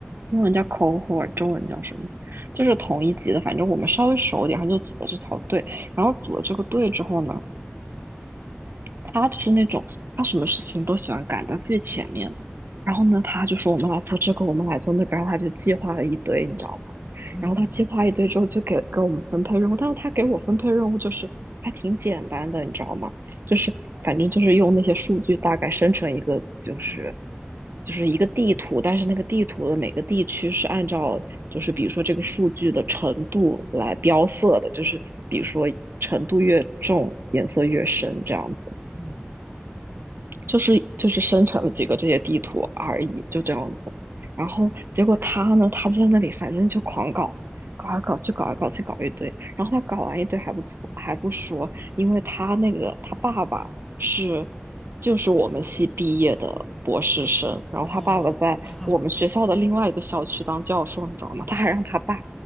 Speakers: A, on the right; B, in the centre.
A: 英文叫 cohort，中文叫什么？
B: 嗯
A: 就是同一级的，反正我们稍微熟一点，然后就组了这条队，然后组了这个队之后呢。他就是那种他什么事情都喜欢赶到最前面的。然后呢，他就说我们来做这个，我们来做那个，然后他就计划了一堆，你知道吗？
B: 嗯
A: 然后他计划一堆之后，就给给我们分配任务，但是他给我分配任务就是还挺简单的，你知道吗？就是反正就是用那些数据大概生成一个，
B: 啊
A: 就是就是一个地图，但是那个地图的每个地区是按照就是比如说这个数据的程度来标色的，就是比如说程度越重，颜色越深这样子。
B: 嗯
A: 就是就是生成了几个这些地图而已，就这样子。然后结果他呢，他就在那里反正就狂搞，搞来搞去，搞来搞去，搞一堆。然后他搞完一堆还不错，还不说，因为他那个他爸爸是就是我们系毕业的博士生，然后他爸爸在我们学校的另外一个校区当教授，
B: 哦，<laughs>
A: 你知道吗？他还让他爸